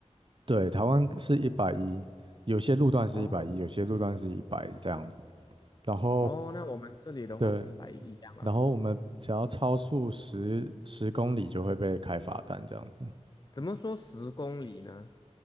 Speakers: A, on the right (about 45°); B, on the left (about 35°).
A: 对，台湾是一百一，有些路段是一百一，
B: 哦
A: 有些路段是一百这样子，然后。
B: 哦，那我们这里的话是一百一一样啊。
A: 对，然后我们只要超速十十公里就会被开罚单这样子。
B: 怎么说十公里呢？